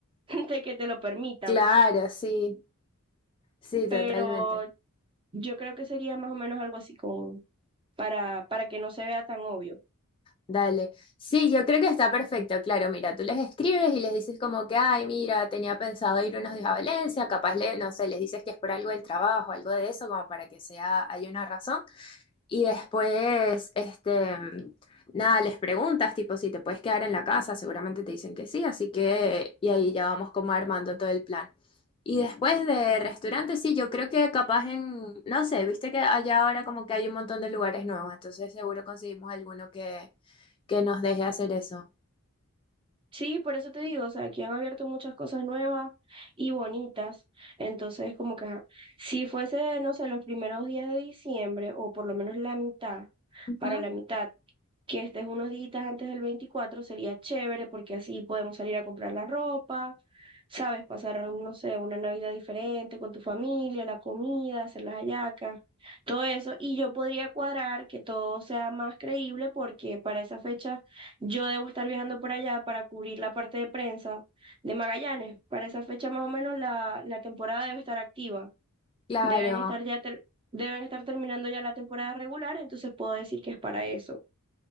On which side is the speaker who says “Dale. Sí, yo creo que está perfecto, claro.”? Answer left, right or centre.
Left